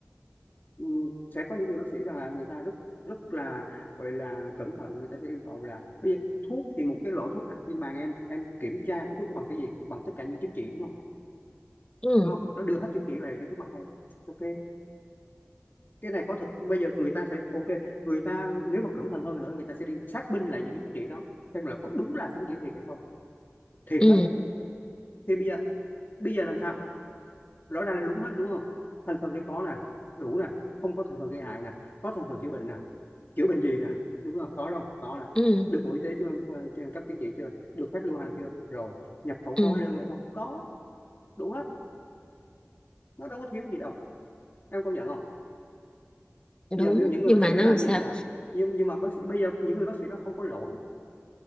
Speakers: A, on the left; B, on the left.
A: ừ, sẽ có những người bác sĩ rằng là người ta rất rất là gọi là cẩn thận người ta sẽ yêu cầu là bây giờ thuốc thì một cái lọ thuốc nè nhưng mà em em kiểm tra cái thuốc đó bằng cái gì bằng tất cả những chứng chỉ đúng không
B: ừ
A: đúng không nó đưa hết chứng chỉ về ra trước mặt em ok cái này có thật bây giờ người ta sẽ ok người ta nếu mà cẩn thận hơn nữa người ta sẽ đi xác minh lại những cái chứng chỉ đó xem là có đúng là chứng chỉ thiệt hay không thiệt
B: ừ
A: hết thì bây giờ bây giờ làm sao rõ ràng là đúng hết đúng không thành phần đây có nè đủ nè không có thành phần gây hại nè có thành phần chữa bệnh nè chữa bệnh gì nè đúng không có không có nè
B: ừ,
A: được bộ y tế chưa Ờ, chưa cấp chứng chỉ chưa được phép lưu hành chưa rồi nhập khẩu
B: ừ.
A: có hóa đơn hay không có đủ hết nó đâu có thiếu gì đâu em công nhận không giờ
B: đúng
A: ví dụ những người
B: nhưng
A: bác
B: mà
A: sĩ
B: nó
A: đó làm
B: làm sao
A: gì vậy nhưng nhưng mà bác sĩ, bây giờ những người bác sĩ đó không có lỗi